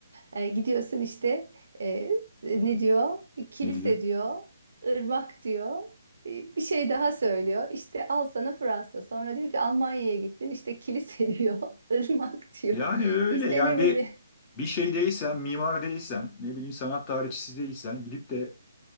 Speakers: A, on the right; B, on the left.
A: E, gidiyorsun işte e, ne diyor? Kilise
B: Ne diyor?
A: diyor, ırmak diyor. E, bir şey daha söylüyor. İşte al sana Fransa. Sonra diyor ki Almanya'ya gittin. İşte kilise <laughs> diyor, ırmak diyor.
B: Yani öyle
A: İşte
B: yani
A: ne
B: bir
A: bileyim.
B: bir şey değilsen, mimar değilsen, ne bileyim sanat tarihçisi değilsen gidip de